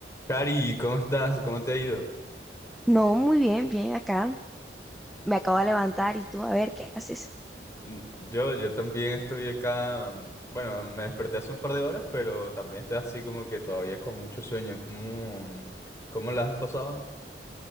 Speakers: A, on the left (about 15°); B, in the centre.
A: Cari, ¿cómo estás? ¿Cómo te ha ido?
B: No, muy bien, bien acá. Me acabo de levantar y tú, a ver, ¿qué haces?
A: Mm, Yo, yo también estoy acá, mm, bueno, me desperté hace un par de horas, pero también estoy así como que todavía con mucho sueño. ¿Cómo, mm, cómo la has pasado?